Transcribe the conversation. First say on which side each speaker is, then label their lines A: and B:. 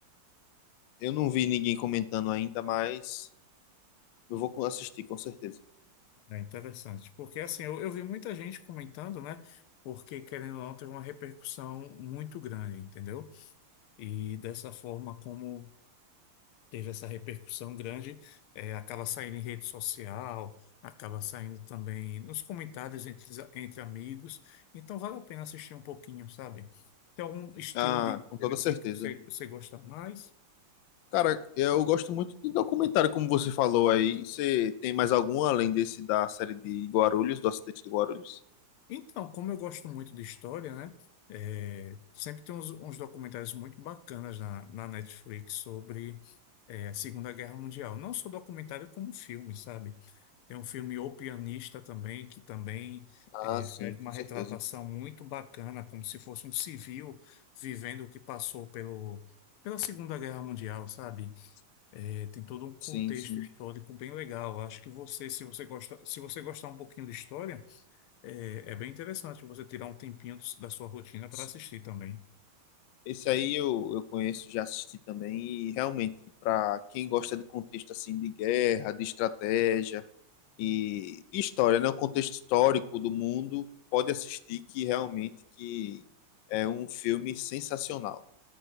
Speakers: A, on the left; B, on the left.
A: Eu não vi ninguém comentando ainda, mas eu vou assistir com certeza.
B: é interessante. Porque assim, eu, eu vi muita gente comentando, né? Porque, querendo ou não, teve uma repercussão muito grande, entendeu? E dessa forma como teve essa repercussão grande, eh, acaba saindo em rede social, acaba saindo também nos comentários entre, os a- entre amigos. Então vale a pena assistir um pouquinho, sabe? Tem algum estilo
A: Ah,
B: de
A: com
B: série
A: toda
B: assim
A: certeza.
B: que você, você gosta mais?
A: Cara, eu gosto muito de documentário, como você falou aí. Você tem mais algum além desse da série de Guarulhos, do acidente de Guarulhos?
B: Então, como eu gosto muito de história, né? eh, sempre tem uns, uns documentários muito bacanas na, na Netflix sobre eh, a Segunda Guerra Mundial. Não só documentário, como filme, sabe? Tem um filme O Pianista também, que também
A: Ah,
B: eh,
A: sim,
B: faz
A: com
B: uma
A: certeza.
B: retratação muito bacana, como se fosse um civil vivendo o que passou pelo, pela Segunda Guerra Mundial, sabe? Eh, tem todo um contexto
A: Sim, sim.
B: histórico bem legal. Acho que você, se você gosta, se você gostar um pouquinho de história, eh, é bem interessante você tirar um tempinho do- da sua rotina
A: sim.
B: para assistir também.
A: Esse aí eu, eu conheço, já assisti também. E realmente, para quem gosta de contexto assim de guerra, de estratégia, e história, né? O contexto histórico do mundo pode assistir que realmente que é um filme sensacional,